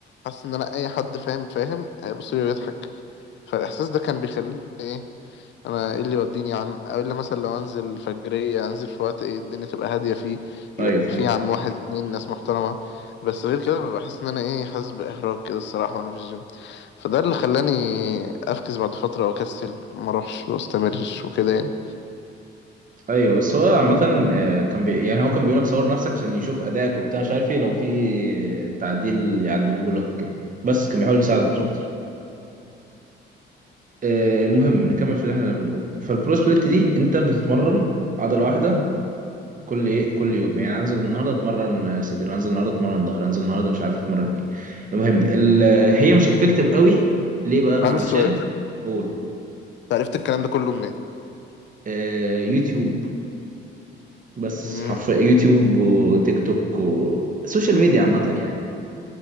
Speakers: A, on the left; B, on the right.
A: حاسس ان انا اي حد فاهم فاهم هيبص لي ويضحك فالاحساس ده كان بيخليني ايه انا ايه اللي يوديني يا عم او الا مثلا لو انزل فجريه انزل في وقت ايه الدنيا تبقى هاديه فيه يبقى
B: ايوه فاهمك
A: فيه يا عم واحد اتنين ناس محترمه بس غير كده ببقى بحس ان انا ايه حاسس باحراج كده الصراحه وانا في الجيم فده اللي خلاني افكس بعد فتره واكسل وما اروحش واستمرش وكده يعني
B: ايوه بس هو عامه آه، كان بي... يعني هو كان بيقول لك صور نفسك عشان يشوف ادائك وبتاع مش عارف ايه لو في تعديل يعدله لك وكده بس كان بيحاول يساعدك مش
A: مم.
B: اكتر آه، المهم نكمل في اللي احنا بنقوله فالبرو سبليت دي انت بتتمرن عضله واحده كل ايه كل يوم يعني انزل النهارده اتمرن صدر انزل النهارده اتمرن ظهر انزل النهارده مش عارف اتمرن ايه المهم ال- هي مش افكتيف قوي ليه بقى
A: عندي
B: علشان
A: سؤال أنت
B: قول
A: عرفت الكلام ده كله منين
B: آه يوتيوب بس
A: مم،
B: حرفيا يوتيوب وتيك توك وسوشيال ميديا عامة يعني